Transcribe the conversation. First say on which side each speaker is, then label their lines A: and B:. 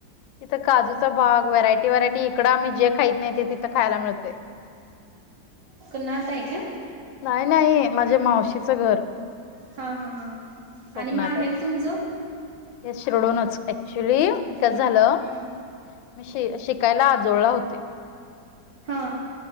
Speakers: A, on the left (about 80°); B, on the right (about 65°).
A: इथं काजूचा भाग व्हरायटी वरायटी इकड आम्ही जे खा नाहीेत तिथं खायला मिळते
B: नात आहे का
A: नाही नाही माझ्या मावशीचं घर
B: हा हा हा
A: कोकणात
B: आणि माहेर
A: आहे
B: तुमचं
A: हे शिरडूनच ऍक्च्युली
B: हम्म
A: काय झालं
B: हम्म
A: मी श शिकायला आजोळला होते
B: हा